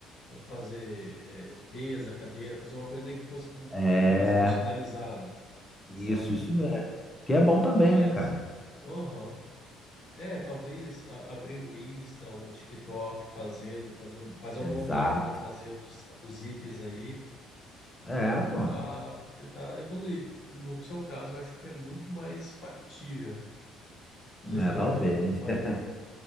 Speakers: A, on the left (about 50°); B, on the left (about 15°).
A: é, fazer é, mesa, cadeira, fazer uma coisa nem que fosse com um
B: É,
A: pouquinho mais personalizado,
B: isso,
A: sabe?
B: isso mesmo. Que é bom também,
A: Mas,
B: né, cara?
A: aham. É, talvez a- abrir um Insta, um TikTok fazendo, fazendo, fazer
B: Exato.
A: uma montagem de eu fazendo os, os itens aí
B: É,
A: e tentar,
B: pô.
A: tentar evoluir. No seu caso, eu acho que é muito mais factível. Vocês
B: É,
A: têm
B: talvez.
A: um apelo muito maior.
B: <laughs>